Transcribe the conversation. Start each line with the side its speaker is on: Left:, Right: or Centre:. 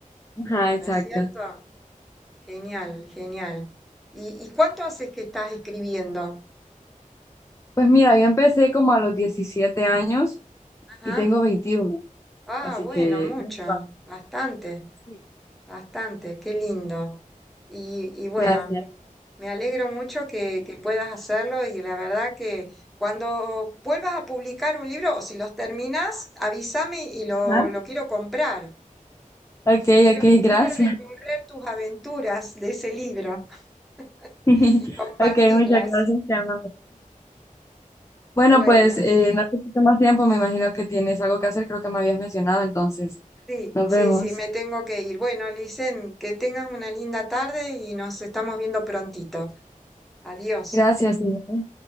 Left: Ajá, exacto.
Centre: ¿no es cierto? Genial, genial. ¿Y, y cuánto haces que estás escribiendo?
Left: Pues mira, yo empecé como a los 17 años
Centre: Ajá.
Left: y tengo 21,
Centre: Ah,
Left: así
Centre: bueno,
Left: que...
Centre: mucho,
Left: unos cuatro.
Centre: bastante.
Left: Sí.
Centre: Bastante, qué lindo. Y, y bueno,
Left: Gracias.
Centre: me alegro mucho que, que puedas hacerlo y la verdad que cuando vuelvas a publicar un libro o si los terminas, avísame y lo,
Left: Ajá.
Centre: lo quiero comprar.
Left: Ok,
Centre: Quiero,
Left: ok, gracias.
Centre: quiero recorrer tus aventuras de ese libro <laughs>
Left: <laughs>
Centre: y compartirlas.
Left: Ok, muchas gracias, te amo, Bueno,
Centre: Bueno,
Left: pues eh, no te quito más tiempo, me imagino que tienes algo que hacer, creo que me habías mencionado, entonces
Centre: sí,
Left: nos
Centre: sí,
Left: vemos.
Centre: sí, me tengo que ir. Bueno, Licen, que tengas una linda tarde y nos estamos viendo prontito. Adiós.
Left: Gracias. señora.